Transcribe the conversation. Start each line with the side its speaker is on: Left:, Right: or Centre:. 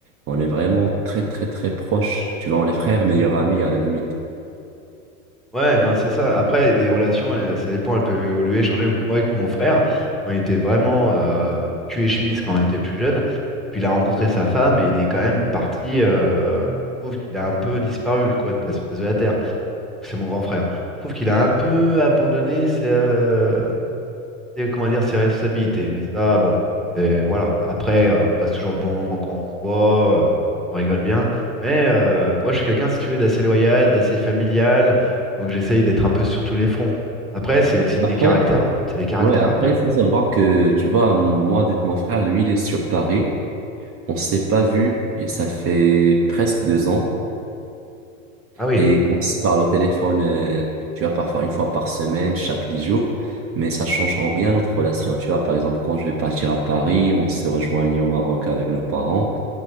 Right: on est vraiment très très très proches. Tu vois, on est frères, meilleurs amis à la limite.
Centre: Ouais, non, c'est ça. Après, des relations, elles- ça dépend, elles peuvent évoluer, changer. Moi, avec mon frère, on était vraiment euh, cul et chemise quand on était plus jeune. Et puis, il a rencontré sa femme et il est quand même parti. euh, Je trouve qu'il a un peu disparu, quoi, de la surface de la Terre. C'est mon grand frère. Je trouve qu'il a un peu abandonné. C'est. euh, c'est comment dire, ses responsabilités. Mais ça, bon, c'est voilà. Après, euh, on passe toujours de bons moments quand on se voit, euh, on rigole bien. Mais euh, moi, je suis quelqu'un, si tu veux, d'assez loyal, d'assez familial. Donc, j'essaye d'être un peu sur tous les fronts. Après, c'est
Right: Ouais.
Centre: aussi des
Right: Après,
Centre: caractères. C'est des caractères
Right: ouais, après
Centre: après.
Right: il faut savoir que tu vois, moi avec mon frère, lui il est sur Paris, on s'est pas vu, Et ça fait presque deux ans.
Centre: Ah oui,
Right: Et on se parle au téléphone, euh, tu vois, parfois une fois par semaine, chaque dix jours, mais ça change en rien notre relation. Tu vois, par exemple, quand je vais partir à Paris, on se rejoignit au Maroc avec nos parents,